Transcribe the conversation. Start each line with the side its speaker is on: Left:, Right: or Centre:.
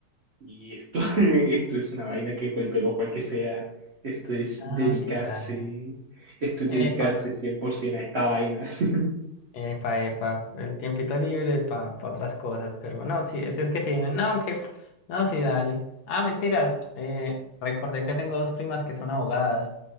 Right: y esto, <laughs> esto es una vaina que vuelve loco al que sea. Esto es
Left: Ah,
Right: dedicarse,
Left: sí, dale.
Right: esto es
Left: Epa,
Right: dedicarse 100% a esta vaina. <laughs>
Left: epa, epa, el tiempito libre para otras cosas, pero no, sí, si es que tienen, no, aunque, no, sí, dale. Ah, mentiras, eh, recordé que tengo dos primas que son abogadas,